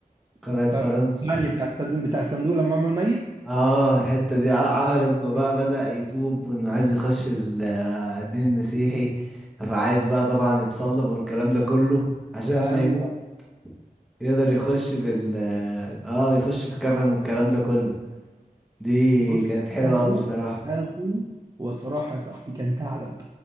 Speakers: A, in the centre; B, on the right.
A: قلعة
B: فكر
A: فرنسا
B: يعني بتاع الصندوق بتاع الصندوق لما عمل ميت
A: اه الحتة دي ع-
B: يا لهوي
A: عمل انه بقى بدأ يتوب وانه عايز يخش ال- آه، الدين المسيحي فعايز بقى طبعا يتصلب والكلام ده كله عشان
B: ايوه
A: ما يموت يقدر يخش بال اه آه، يخش في الكفن والكلام ده كله دي
B: بص
A: كانت حلوة
B: دماغه
A: اوي بصراحة
B: دماغه والصراحة يا صاحبي كان ثعلب